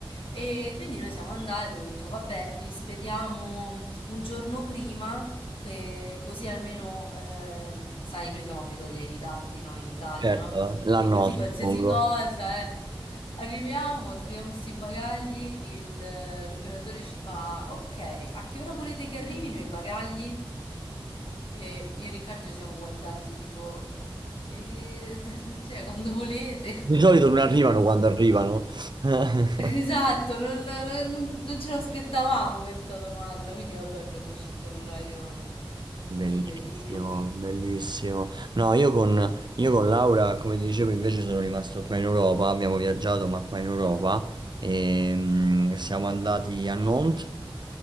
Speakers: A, on the left; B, on the right.
A: E quindi noi siamo andati, abbiamo detto, vabbè, li spediamo un giorno prima, che così almeno, eh, sai, noi siamo abituati ai ritardi, noi in Italia,
B: Certo,
A: no?
B: l'hanno,
A: Quindi così
B: suppongo.
A: qualsiasi cosa, eh. Arriviamo, spieghiamo sti bagagli, il- l'operatore ci fa, ok, a che ora volete che arrivino i bagagli? E io e Riccardo ci siamo guardati tipo, "Eh, <laughs> cioè quando volete.
B: Di solito non arrivano quando arrivano. <laughs>
A: Esatto, non, non- non- non ce l'aspettavamo questa domanda, quindi vabbè abbiamo scelto un orario,
B: Bellissimo,
A: quindi per dirti.
B: bellissimo. No, io con, io con Laura, come ti dicevo, invece sono rimasto qua in Europa, abbiamo viaggiato, ma qua in Europa, e, mm, siamo andati a Nantes,